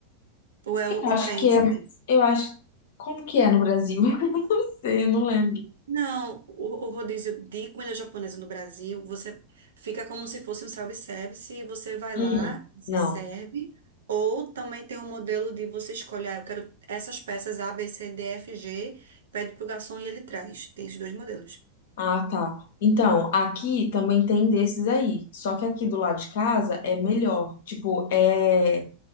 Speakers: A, on the right; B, on the left.
A: Ou é
B: eu
A: o,
B: acho
A: o trenzinho?
B: que é. Eu acho. Como que é no Brasil? <laughs> Não sei, eu não lembro.
A: Não, o, o rodízio de comida japonesa no Brasil, você fica como se fosse um self-service, e você vai
B: Hum,
A: lá, se
B: não.
A: serve, ou também tem um modelo de você escolher, ah, eu quero essas peças A, B, C, D, F, G, pede pro garçom e ele traz. Tem esses dois modelos.
B: Ah, tá. Então, aqui também tem desses aí. Só que aqui do lado de casa é melhor. Tipo, é,